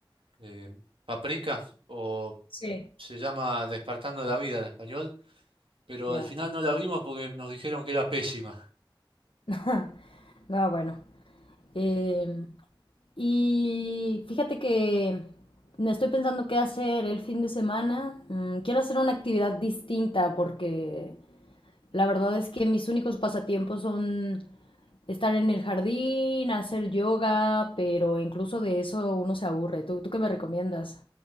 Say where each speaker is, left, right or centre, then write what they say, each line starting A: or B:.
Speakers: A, on the right; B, on the left.
A: eh, Paprika, o
B: Sí.
A: se llama Despertando la Vida en español, pero
B: Ya.
A: al final no la vimos porque nos dijeron que era pésima.
B: <laughs> No, bueno. Em, y fíjate que me estoy pensando qué hacer el fin de semana. Mm, quiero hacer una actividad distinta porque la verdad es que mis únicos pasatiempos son estar en el jardín, hacer yoga, pero incluso de eso uno se aburre. ¿Tú, tú qué me recomiendas?